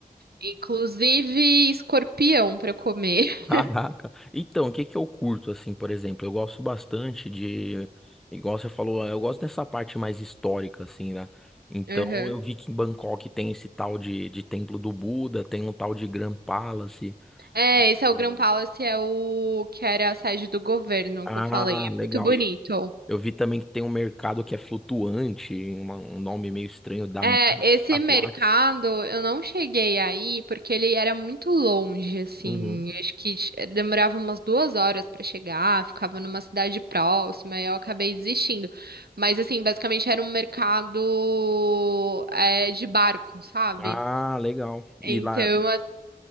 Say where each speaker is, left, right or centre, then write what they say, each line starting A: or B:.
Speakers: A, on the right; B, in the centre.
A: inclusive escorpião pra comer.
B: Caraca.
A: <laughs>
B: Então, o que que eu curto, assim, por exemplo? Eu gosto bastante de. Igual você falou, eu gosto dessa parte mais histórica, assim, né? Então,
A: Uhum.
B: eu vi que em Bangkok tem esse tal de, de Templo do Buda, tem um tal de Grand Palace.
A: É, esse é
B: Hum.
A: o Grand Palace, é o que era a sede do governo
B: Ah,
A: que eu falei. É
B: legal.
A: muito bonito.
B: E eu vi também que tem um mercado que é flutuante, uma- um nome meio estranho, da
A: É,
B: Estaduarte.
A: esse mercado eu não cheguei aí porque ele era muito longe, assim.
B: Uhum.
A: Acho que ch- demorava umas duas horas pra chegar, ficava numa cidade próxima e eu acabei desistindo. Mas, assim, basicamente era um mercado é, de barco, sabe?
B: Ah, legal. E
A: Então,
B: lá.
A: as-